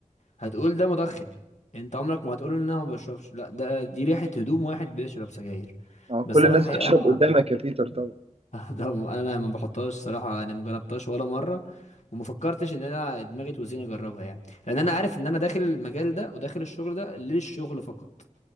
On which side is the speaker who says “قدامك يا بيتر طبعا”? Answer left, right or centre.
Right